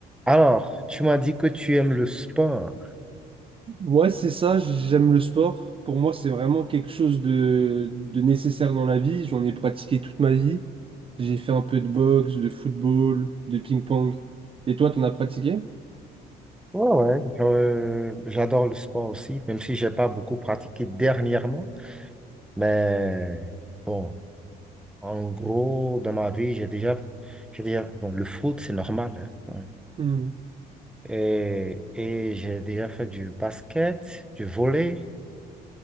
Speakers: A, in the centre; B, on the right (about 30°).
A: Alors, tu m'as dit que tu aimes le sport.
B: Ouais, c'est ça, j'aime le sport. Pour moi, c'est vraiment quelque chose de, de nécessaire dans la vie. J'en ai pratiqué toute ma vie. J'ai fait un peu de boxe, de football, de ping-pong. Et toi, t'en as pratiqué?
A: Ouais, ouais. Je- euh, j'adore le sport aussi, même si j'ai pas beaucoup pratiqué dernièrement. Mais bon, en gros, dans ma vie, j'ai déjà, j'ai déjà, bon, le foot, c'est normal, hein. Ouais.
B: Hmm.
A: Et, et j'ai déjà fait du basket, du volley,